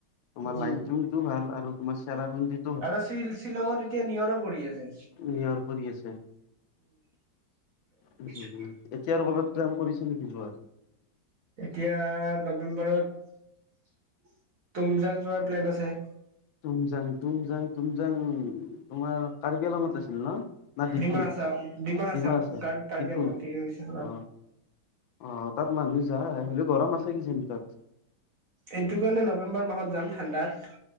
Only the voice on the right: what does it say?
উম
আৰু শিল-শ্বিলঙত এতিয়া নিয়ৰো পৰি আছে।
<unintelligible>
এতিয়া নৱেম্বৰত তুমজং যোৱাৰ প্লেন আছে।
ডিমা হাচাও হাচাও
কাৰ্বি কাৰ্বি
আংলং
ঠিকে কৈছা
এইটো কাৰণে নৱেম্বৰ মাহত যাম ঠাণ্ডাত।